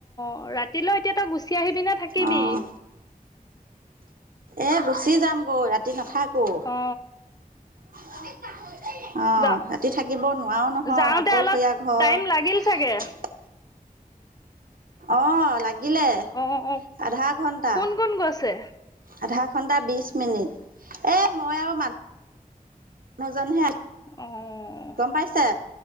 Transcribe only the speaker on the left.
ৰা ৰাতিলৈও এতিয়া তই গুচি আহিবি নে থাকিবি?
অ
যা
যাওঁতে
অলপ
টাইম লাগিল চাগে
অ অ
কোন কোন গৈছে
অ'! অ'!